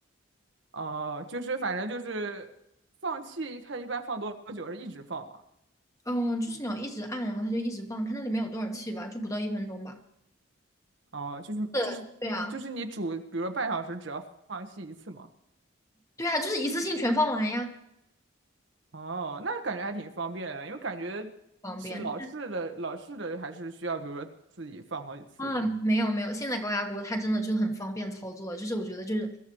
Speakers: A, on the right (about 65°); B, on the left (about 15°).
A: 哦、就是反正就是放气，它一般放多久是一直放嘛？
B: 嗯，就是你要一直按，然后它就一直放，看它里面有多少气吧，就不到一分钟吧。
A: 哦、就是就是就是你煮，
B: 是，对啊，
A: 比如说半小时，只要放气一次嘛。
B: 对啊，就是一次性全放完呀，
A: 哦，那感觉还挺方便的，因为感觉是老式的老式的还是需要，
B: 方便。
A: 比如说自己放好几次。
B: 啊，没有没有，现在高压锅它真的就很方便操作，就是我觉得就是